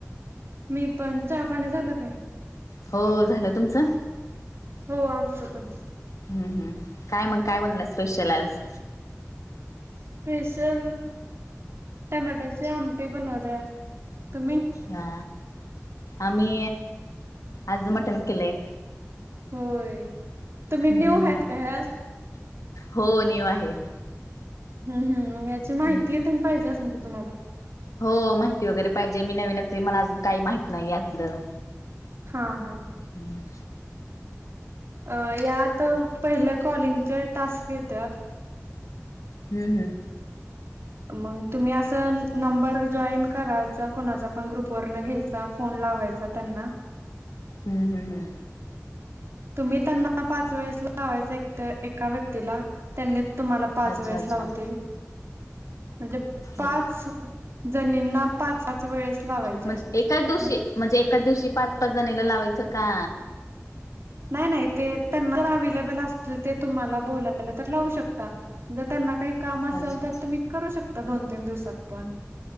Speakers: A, on the right; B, on the left.
A: मी पण चहा पाणी झालं का?
B: हो झालं तुमचं?
A: हो आमचं पण.
B: हम् हम् काय मग काय बनलं स्पेशल आज?
A: स्पेशल टमॅटोची आमटी बनवल्या तुम्ही?
B: हा आम्ही आज मटण केलय.
A: होय तुम्ही
B: हम्म
A: न्यू आहेत का यात
B: हो न्यू आहे.
A: हम् हम् मग याची
B: हम्म
A: माहिती तेन पाहिजे असेल की तुम्हाला?
B: हो माहिती वगैरे पाहिजे मी नवीनच मला अजून काही माहित नाही यातलं.
A: हा हा
B: हम्म
A: अ यात पहिले कॉलिंगचे टास्क येत्यात
B: हम् हम्
A: मंग तुम्ही असं नंबर जॉईन करायचा कुणाचा पण ग्रुपवर न घ्यायचा फोन लावायचा त्यांना
B: हम्म हम् हम्
A: तुम्ही त्यांना पाच वेळेस लावायचा एका व्यक्तीला त्यांनी तुम्हाला पाच
B: अच्छा
A: वेळेस
B: अच्छा
A: लावतील. म्हणजे पाच
B: ओके
A: जणींना पाच पाच वेळेस लावायचे
B: म्हणजे
A: असे
B: एकाच दिवशी
A: मग
B: म्हणजे एकाच दिवशी पाच पाच जणीला लावायचं का?
A: नाही नाही ते त्यांना जर अव्हेलेबल असतील ते तुम्हाला बोलायला तर लावू शकता जर त्यांना काही काम असेल
B: अच्छा
A: तर
B: अच्छा
A: तुम्ही करू शकता दोन तीन दिवसात पण